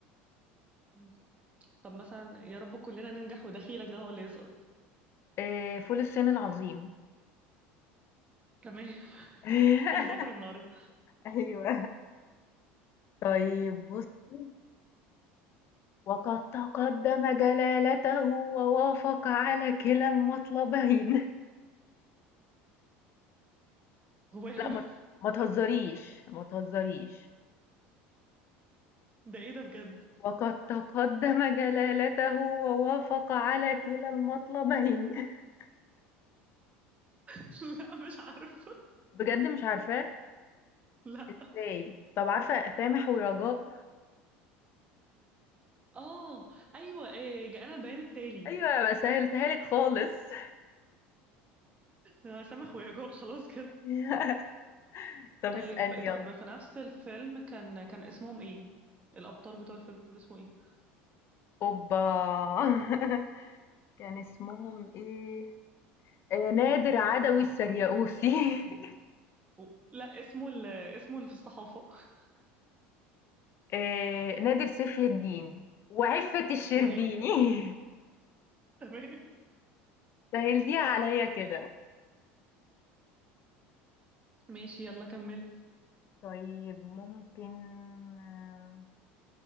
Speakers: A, on the right; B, on the left.
A: مم. طب مثلا يا رب كلنا ننجح ودخيلك ده هو اللي يسقط
B: آآ فول الصين العظيم.
A: تمام <laughs>
B: <laughs>
A: في مذاكرة النهاردة
B: أيوه. طيب بُصّي وَقَدْ تَقَدَّمَ جلالته ووافق على كلا المطلبين
A: هو
B: <laughs>
A: ايه
B: لأ
A: ده
B: ما ما تهزريش، ما تهزريش.
A: ده ايه ده بجد
B: وَقَدْ تَقَدَّمَ جلالته ووافق على كلا المطلبين <laughs>
A: <laughs> لا مش عارفة
B: بجد مش عارفاه؟
A: لا
B: إزاي؟ طب عارفة سامح ورجاء؟
A: اه ايوه إيه جاءنا البيان التالي
B: أيوه أنا سهّلتها لِك خالص
A: آه، سامح ويجوء خلاص كده
B: <laughs> طب
A: طيب
B: اسألي يالّا،
A: طب في نفس الفيلم كان كان اسمهم ايه الابطال بتوع الفيلم اسمه ايه
B: أوبّا! <laughs> كان اسمهم إيه؟ آآ، نادر، عدوي، السرياوسي <laughs>
A: و... لا اسمه ال... اسمه اللي في الصحافه <laughs>
B: آآ نادر سيفي الدين، وعفة الشربيني
A: وهي
B: <laughs>
A: تمام
B: سهّلتيها عليَّ كده.
A: ماشي يلا كملت
B: طيب ممكن آه،